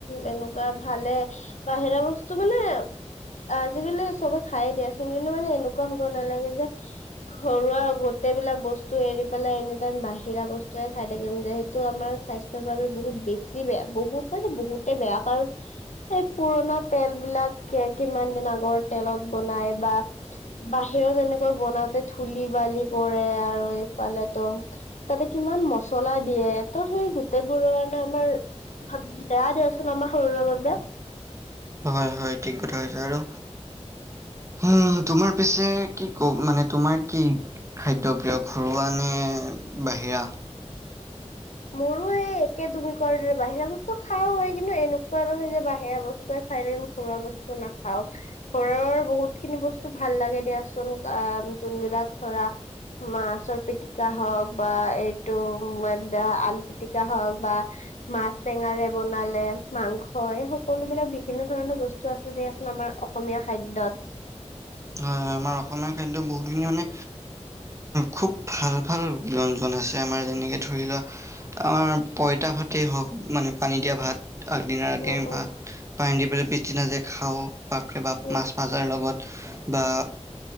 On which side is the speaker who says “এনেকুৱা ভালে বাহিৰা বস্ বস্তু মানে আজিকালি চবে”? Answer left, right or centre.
Left